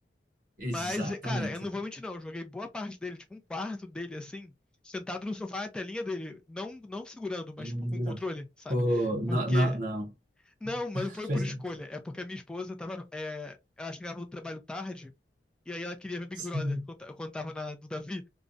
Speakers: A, on the right; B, in the centre.
A: Exatamente.
B: Mas, cara, eu não vou mentir, não. Eu joguei boa parte dele, tipo, um quarto dele, assim, sentado no sofá, a telinha dele. Não, não segurando, mas,
A: Lindo.
B: tipo, com controle, sabe?
A: Pô, não,
B: Porque.
A: não, não.
B: Não, mas não foi
A: Pois
B: por escolha.
A: não.
B: É porque a minha esposa tava. é, ela chegava do trabalho tarde, e aí ela queria ver Big
A: Sim.
B: Brother quando, ta- quando tava na, do Davi.